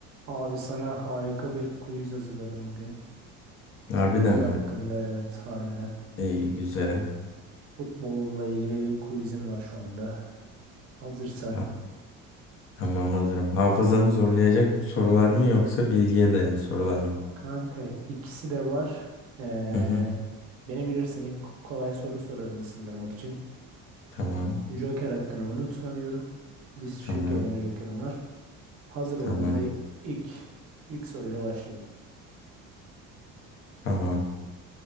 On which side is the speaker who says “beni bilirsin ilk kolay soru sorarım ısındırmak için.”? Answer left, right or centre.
Right